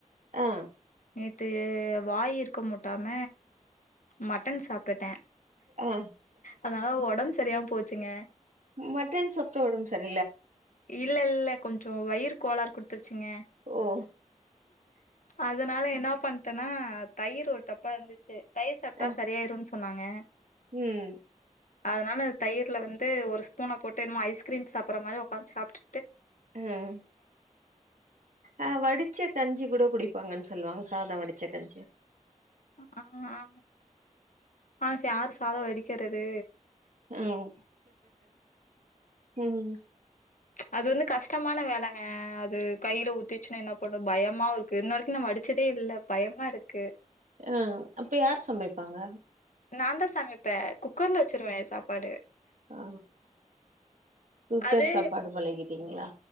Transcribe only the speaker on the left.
நேத்து வாய் இருக்க மூட்டாம மட்டன் சாப்பிட்டே
அதனால ஒடம்பு சரியாம போ ச்சிங்க
இல்ல இல்ல கொஞ்சொ வயிற் கோளார் குடுத் த்ருச்சுங்க
அதனால என்ன பண்ட்டனா தயிர் ஒரு டப்பா இருந்துச்சு தயிர் சாப்ட்டா
சரியாய்ருன் சொன்னாங்க
அதனால தயிர்ல வந்து ஒரு ஸ்பூன போட்டு என்னமோ ஐஸ்கிரீம் சாப் புர்ற மாரி உக்காந் சாப்ட்
அ அ பழசு யார் சாதொ வடிக்கிறது
அது வந்து கஷ்டமான வேலங்க அது கைல ஊத்திச்சுன்னா என்ன பண்ணு பயமாவு இருக்கு இன்ன வரைக்கு நா வடிச்சதே இல்ல பயமா இருக்கு
நாந்தா சமைப்ப குக்கர்ல வெச்சிருவே சாப்பாடு
அது